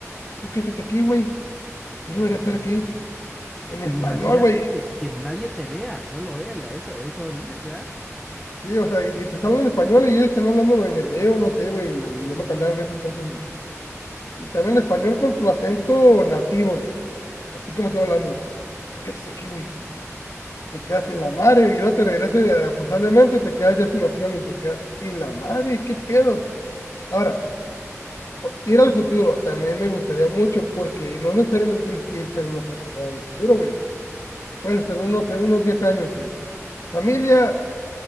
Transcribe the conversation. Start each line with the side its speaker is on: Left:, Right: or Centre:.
Left: ¿tú qué haces aquí, güey?
Centre: A
Left: Tú no deberías estar
Centre: la
Left: aquí.
Centre: ma-
Left: En español,
Centre: Imagínate
Left: güey.
Centre: que, que nadie te vea, solo él, eso, eso dices,
Left: Sí, o sea, y, y te están hablando en español y ellos están hablando en hebreo, no sé, güey, el, el idioma que hablaban en ese entonces, güey.
Centre: ¿ah?
Left: Y te hablan en español con tu acento nativo, güey. Así como estoy hablando. ¿Tú qué haces aquí, güey? te quedas en la madre y luego te regresas forzablemente, te quedas ya sin opción y te quedas y la madre, qué pedo. Ahora, ir al futuro también me gustaría mucho porque no necesariamente tienes que irse años al, al futuro, güey. Puede ser unos, unos 10 años. es, Familia,